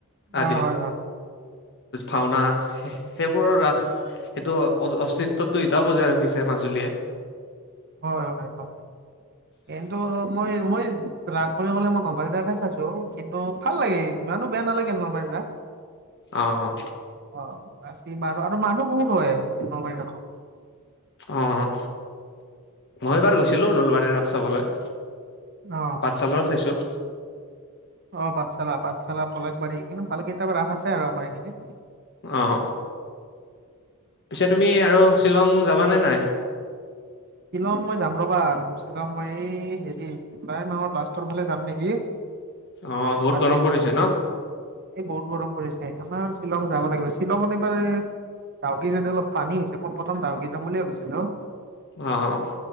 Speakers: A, on the right; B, on the left.
A: অ',
B: আদিৰ
A: হয়, হয়,
B: ভাওনা সেইবোৰৰ ৰাস সেইটো অ অস্তিত্বটো এতিয়াও বজাই ৰখিছে মাজুলীয়ে।
A: হয়, হয়, হয়।
B: <inaudible>
A: কিন্তু মই মই ৰাস বুলি কলে মই নলবাৰী তেতহে চাইছো কিন্তু ভাল লাগে ইমানো বেয়া নালাগে নলবাৰীৰ ৰাস।
B: অ অ।
A: অ আচি মাৰু আৰু মানুহ বহুত হয় নলবাৰী ৰাসত।
B: অ অ, মই এইবাৰ গৈছিলো নলবাৰী ৰাস চাবলে।
A: অ।
B: পাঠশালৰ চাইছোঁ।
A: অ পাটশালা পাঠশালা, পলাশবাৰী এইখিনি ভালেকেইটা ৰাস আছে আৰু আমাৰ এইখিনি।
B: অহঁ। পিছে তুমি আৰু শ্বিলং যাবানে নাই?
A: শ্বিলং মই যাম ৰবা আৰু শ্বিলং মই এই হেৰি জুলাই মাহৰ লাষ্টৰ ফালে যাম নেকি।
B: অ, বহুত
A: ভাবি
B: গৰম
A: আছো
B: পৰিছে ন?
A: এই বহুত গৰম পৰিছে আমাৰ শ্বিলং যাব লাগিব শ্বিলংঙত এইবাৰ ডাউকি চায়দে অলপ পানী হৈছে মই প্ৰথমে ডাউকি যাম বুলিয়ে ভাবিছিলো।
B: অ'।